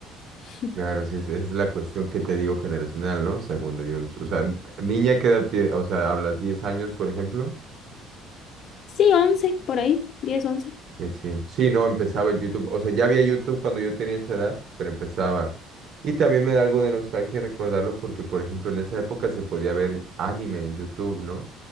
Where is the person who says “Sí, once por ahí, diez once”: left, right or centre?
Left